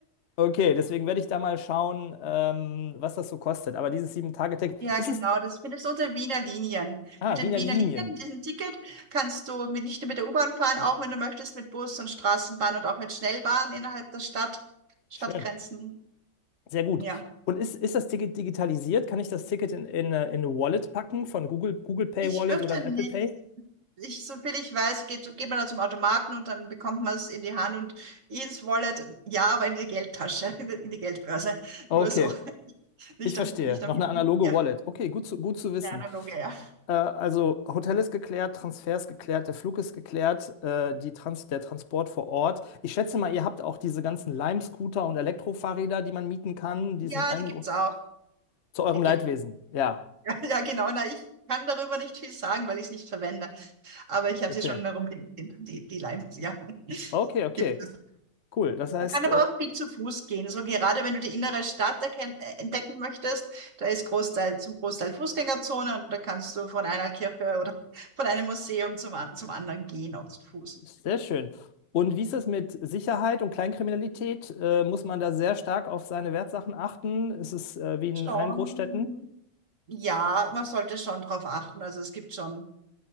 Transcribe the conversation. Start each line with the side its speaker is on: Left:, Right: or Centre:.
Left: Okay, deswegen werde ich da mal schauen, ähm, was das so kostet. Aber dieses Sieben-Tage-Ticket,
Right: Ja,
Left: ist
Right: genau.
Left: es,
Right: Das findest du unter Wiener Linien.
Left: ah,
Right: Mit den
Left: Wiener
Right: Wiener
Left: Linien.
Right: Linien, mit diesem Ticket, kannst du mit, nicht nur mit der U-Bahn fahren, auch wenn du möchtest, mit Bus und Straßenbahn und auch mit Schnellbahn innerhalb der Stadt, Stadtgrenzen.
Left: Schön. Sehr gut.
Right: Ja.
Left: Und ist, ist das Ticket digitalisiert? Kann ich das Ticket in, in, äh, in eine Wallet packen von Google, Google Pay
Right: Ich
Left: Wallet
Right: fürchte
Left: oder ein Apple
Right: nicht.
Left: Pay?
Right: ich, so viel ich weiß, geht, geht man da zum Automaten und dann bekommt man es in die Hand und ins Wallet, ja, aber in die Geldtasche, <laughs> in die, in die Geldbörse.
Left: Okay,
Right: Nur so, nicht
Left: ich verstehe.
Right: am, nicht
Left: Noch
Right: am Handy.
Left: eine analoge
Right: Ja,
Left: Wallet. Okay, gut zu, gut zu wissen.
Right: eine analoge, ja.
Left: Äh, also Hotel ist geklärt, Transfer ist geklärt, der Flug ist geklärt, äh, die Trans der Transport vor Ort. Ich schätze mal, ihr habt auch diese ganzen Lime-Scooter und Elektrofahrräder, die man mieten kann, die
Right: Ja,
Left: sind allen
Right: die gibt's
Left: gro-
Right: auch.
Left: zu eurem
Right: Die gibt,
Left: Leidwesen. Ja,
Right: <laughs> ja, ja, genau. Na, ich kann darüber nicht viel sagen, weil ich es nicht verwende. Aber ich habe
Left: okay.
Right: sie schon herumliegen, die, die Limes, ja. <laughs>
Left: Okay, okay.
Right: Gibt es.
Left: Cool. Das heißt,
Right: Man kann aber
Left: äh,
Right: auch viel zu Fuß gehen. So gerade wenn du die innere Stadt erken- äh, entdecken möchtest, da ist Großteil, zum Großteil Fußgängerzone und da kannst du von einer Kirche oder <laughs> von einem Museum zum, an- zum anderen gehen, auch zu Fuß.
Left: Sehr schön. Und wie ist es mit Sicherheit und Kleinkriminalität? Äh, muss man da sehr stark auf seine Wertsachen achten? Ist es äh, wie in
Right: Schon,
Left: allen Großstädten?
Right: ja, man sollte schon darauf achten. Also es gibt schon,